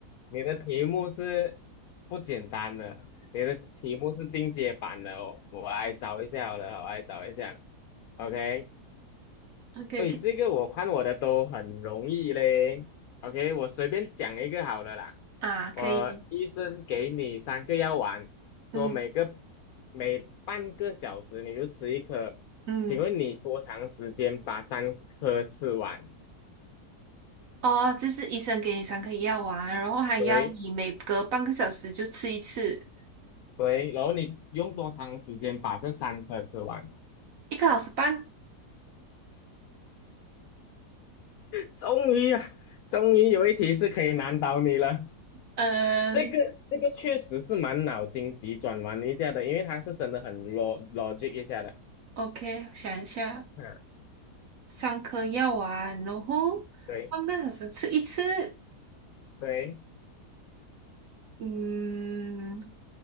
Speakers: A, on the left; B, on the right.
A: 你的题目是不简单的，你的题目是进阶版的哦。我来找一下好了，我来找一下。OK，
B: OK
A: 喂，
B: OK
A: 这个我看我的都很容易嘞。OK，我随便讲一个好了啦。
B: 啊，可以，
A: 我医生给你三个药丸，说每个
B: 嗯
A: 每半个小时你就吃一颗，
B: 嗯，
A: 请问你多长时间把三颗吃完？
B: 哦，就是医生给你三颗药丸，然后还要你每隔半个小时就吃一次，
A: 对。对，然后你用多长时间把这三颗吃完？
B: 一个小时半。
A: 终于啊，终于有一题是可以难倒你了。
B: 嗯
A: 这个这个确实是蛮脑筋急转弯一下的，因为它是真的很 lo logic 一下的。
B: ，OK，想一下，
A: 嗯，
B: 三颗药丸，然后半个小时吃一次。
A: 对对，
B: 嗯，